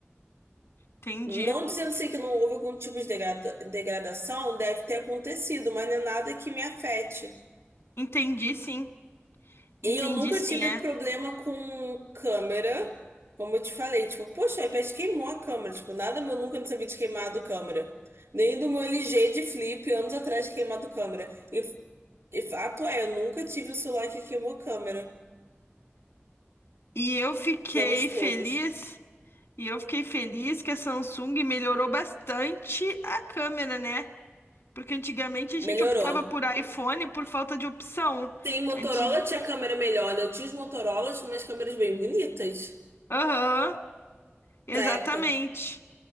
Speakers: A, on the left (about 70°); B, on the right (about 80°).
A: Entendi.
B: Não dizendo assim que não houve algum tipo de degrada- degradação, deve ter acontecido, mas não é nada que me afete.
A: Entendi, sim.
B: E
A: Entendi
B: eu nunca
A: sim,
B: tive
A: é.
B: problema com câmera, como eu te falei, tipo, poxa, o iPad queimou a câmera, tipo, nada meu nunca não sabia de queimado câmera. Nem do meu LG de flip, anos atrás, de queimado câmera. E, e fato é, eu nunca tive o celular que queimou câmera,
A: E eu fiquei
B: os anos todos.
A: feliz, e eu fiquei feliz que a Samsung melhorou bastante a câmera, né? Porque antigamente a
B: Melhorou.
A: gente optava por iPhone por falta de opção.
B: Sim, Motorola
A: Anti...
B: tinha câmera melhor, né? Eu tinha os Motorolas com umas câmeras bem bonitas
A: Aham, exatamente.
B: pra época.